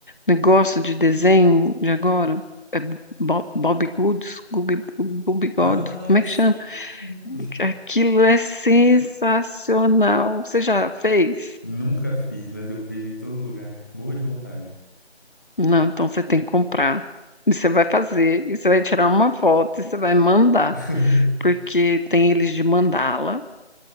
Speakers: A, on the left (about 50°); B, on the left (about 15°).
A: negócio de desenho de agora. É Bo- Bob Goods, Gubi- Bob God,
B: Ai,
A: como é
B: sim!
A: que chama? Aquilo é sensacional. Você já fez?
B: Nunca fiz, mas eu vejo em todo lugar. Morro de vontade.
A: Não, então você tem que comprar. E você vai fazer, e você vai tirar uma foto, e você vai mandar,
B: <laughs>
A: porque tem eles de mandala,